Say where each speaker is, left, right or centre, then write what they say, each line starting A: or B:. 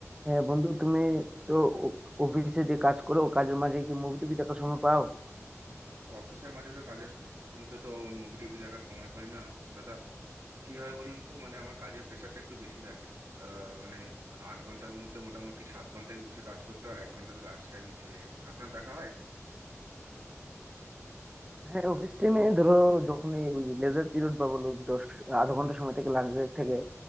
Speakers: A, on the right (about 15°); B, on the right (about 65°).
A: হ্যাঁ বন্ধু তুমি তো অফিসে যে কাজ করো কাজের মাঝে কি মুভি টুবি দেখার সময় পাও
B: অফিসের মাঝে তো কাজের স- মধ্যে তো মুভি টুভি দেখার সময় পাই না দাদা কি হয় বলুন তো মানে আমার কাজের প্রেশারটা একটু বেশি থাকে আহ, মানে আট ঘন্টার মধ্যে মোটামুটি সাত ঘন্টাই বসে কাজ করতে হয়, আর এক ঘন্টা তো লাঞ্চ টাইমে চলে যায় আপনার দেখা হয়
A: হ্যাঁ অফিস টাইমে ধরো যখন এই ওই লেজার পিরিয়ড বা বলো দশ আধা ঘন্টা সময় থেকে লাঞ্চ ব্রেক থেকে